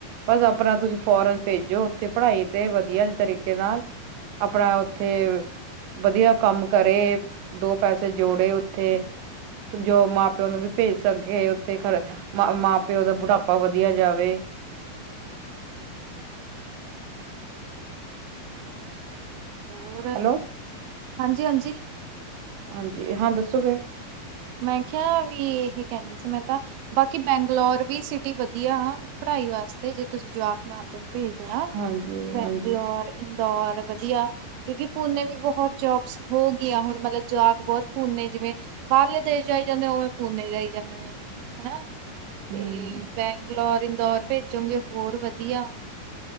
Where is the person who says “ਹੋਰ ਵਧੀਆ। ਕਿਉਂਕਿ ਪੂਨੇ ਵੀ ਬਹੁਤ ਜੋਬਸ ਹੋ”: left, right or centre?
Right